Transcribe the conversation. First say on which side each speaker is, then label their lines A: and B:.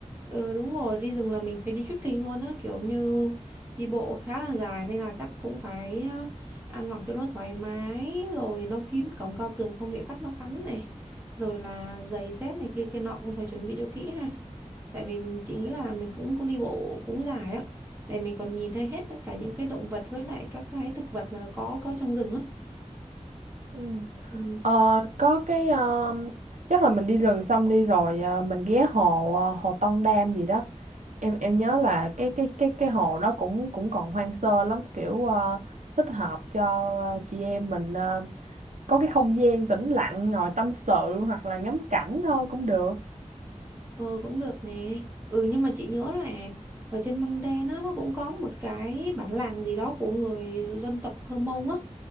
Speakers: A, on the right; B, on the right.
A: Ừ đúng rồi, đi rừng là mình phải đi trekking luôn á, kiểu như đi bộ khá là dài nên là chắc cũng phải ờ, ăn mặc cho nó thoải mái, rồi nó kín cổng cao tường không bị vắt nó cắn này, rồi là giày dép này kia kia nọ cũng phải chuẩn bị cho kỹ ha. Tại vì mình chỉ nghĩ là mình cũng cũng đi bộ cũng dài á, để mình còn nhìn thấy hết tất cả những cái động vật với lại các cái thực vật mà nó có có trong rừng á.
B: Ừ.
A: Ừ.
B: Ờ, có cái ờ, chắc là mình đi rừng xong đi rồi ờ, mình ghé hồ ờ, hồ Tân Đam gì đó em em nhớ là cái cái cái cái hồ nó cũng cũng còn hoang sơ lắm kiểu ờ, thích hợp cho ờ, chị em mình ờ, có cái không gian tĩnh lặng ngồi tâm sự hoặc là ngắm cảnh thôi cũng được
A: Ừ cũng được nè. Ừ nhưng mà chị nhớ là ở trên Măng Đen á nó cũng có một cái bản làng gì đó của người dân tộc Hơ Mông á.